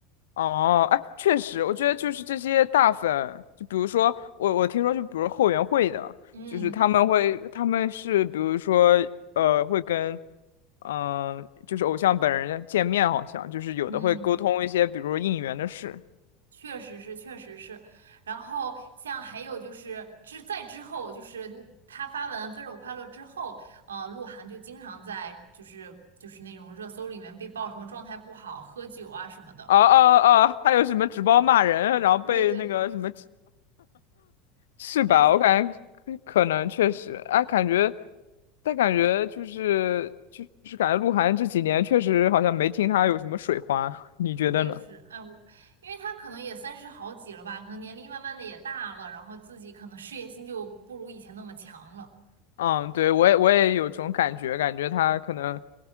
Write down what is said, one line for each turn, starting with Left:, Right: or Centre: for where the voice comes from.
Left: 哦，哎，确实，我觉得就是这些大粉，就比如说我，我听说，就比如后援会的，
Right: 嗯
Left: 就是他们会，他们是比如说，呃，会跟，嗯、就是偶像本人见面，好像就是有的会沟通一些，
Right: 嗯，
Left: 比如应援的事。
Right: 确实是，确实是。然后像还有就是之在之后，就是他发文《分手快乐》之后，呃，鹿晗就经常在就是就是那种热搜里面被曝什么状态不好、喝酒啊什么的。
Left: 啊啊啊！还有什么直播骂人，然后被那个什么
Right: 对对对，
Left: 是吧？
Right: 确实
Left: 我感觉可可能确实，哎，感觉，但感觉就是就是感觉鹿晗这几年确实好像没听他有什么水花，你觉得呢？
Right: 确实，哎，我因为他可能也三十好几了吧，可能年龄慢慢的也大了，然后自己可能事业心就不如以前那么强了。
Left: 嗯，对，我也我也有种感觉，感觉他可能